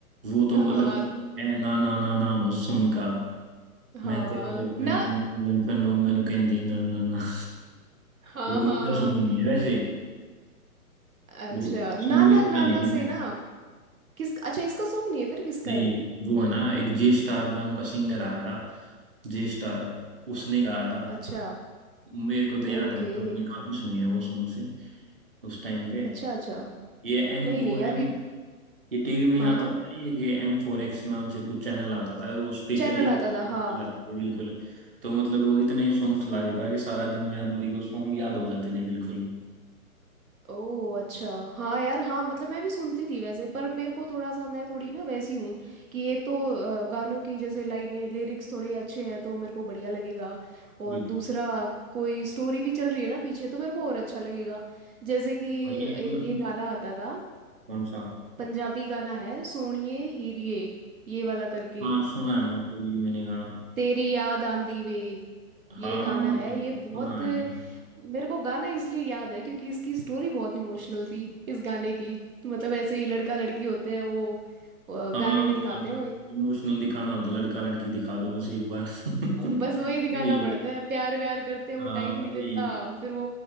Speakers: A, on the right; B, on the right.
A: वो तो
B: हाँ
A: अलग है ना ना ना ना वो सॉन्ग का
B: हाँ
A: मैं तेरा गर्लफ्रेंड
B: ना
A: तुम गर्लफ्रेंड हो मैंने कहीं दी ना ना ना <laughs>
B: हाँ
A: वो इसका
B: हाँ हाँ
A: सॉन्ग नहीं है वैसे
B: अच्छा
A: वो
B: ना
A: सॉन्ग
B: ना
A: इसका
B: ना ना
A: नहीं
B: से
A: है
B: ना किस अच्छा इसका सॉन्ग नहीं है फिर किसका
A: नहीं
B: है वो
A: वो है ना एक जे स्टार नाम का सिंगर आया था जे स्टार उसने गाया था
B: अच्छा
A: मेरे को तो याद
B: ओके
A: है मतलब मैंने काफी सुनी है वो सॉन्ग से उस टाइम पे
B: अच्छा अच्छा
A: ये एम
B: नहीं
A: वो
B: नहीं यार
A: एम
B: ये-
A: ये टीवी में
B: हाँ
A: आता
B: हाँ
A: था ना, ये कि एम फोर एक्स नाम से कुछ चैनल आता था वो स्पेशली
B: चैनल आता
A: बिल्कुल
B: था हाँ
A: तो मतलब वो इतने सॉन्ग चला देता था कि सारा दिन में आदमी को सॉन्ग याद हो जाते थे बिल्कुल
B: ओह अच्छा हाँ यार हाँ मतलब मैं भी सुनती थी वैसे पर मेरे को थोड़ा सा मैं थोड़ी ना वैसी हूँ कि एक तो अ, गानों की जैसे लाइनें लिरिक्स थोड़े अच्छे हैं तो मेरे को बढ़िया लगेगा और
A: बिल्कुल
B: दूसरा कोई स्टोरी भी चल रही है ना पीछे तो मेरे को और अच्छा लगेगा जैसे कि
A: भाई ये
B: एक
A: मतलब
B: ये गाना आता था
A: कौन सा
B: पंजाबी गाना है सोणिए हीरिए ये वाला करके
A: हाँ सुना है मतलब ये मैंने गाना
B: तेरी याद आंदी वे ये
A: हाँ
B: गाना
A: मतलब
B: है ये बहुत
A: सुना है मैंने
B: मेरे को गाना इसलिए याद है क्योंकि इसकी स्टोरी बहुत इमोशनल थी इस गाने की तो मतलब ऐसे ही लड़का लड़की होते हैं वो अ,
A: हाँ
B: गाने में
A: मतलब
B: दिखाते हैं वो
A: इमोशनल दिखाना होता लड़का लड़की दिखा दो बस एक बार <laughs>
B: बस वही दिखाना
A: यही है
B: पड़ता है प्यार व्यार करते हैं
A: हाँ
B: वो टाइम नहीं देता
A: यही
B: फिर वो